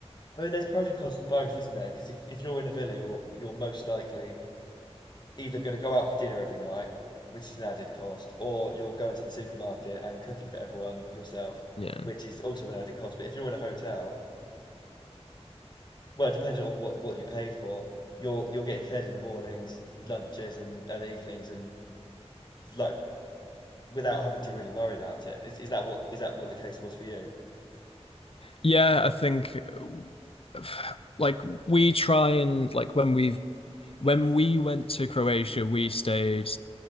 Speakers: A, on the left; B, on the left.
A: I mean, there's pros and cons to both, isn't there? Because if, if you're in a villa, you're you're most likely either going to go out for dinner every night, which is an added cost, or you're going to the supermarket and cooking for everyone yourself,
B: Yeah.
A: which is also an added cost. But if you're in a hotel, well, depending on what, what you paid for, you're you're getting fed in the mornings, lunches, and, and evenings, and like without having to really worry about it. Is is that what is that what the case was for you?
B: Yeah, I think uh, like we try and like when we've when we went to Croatia, we stayed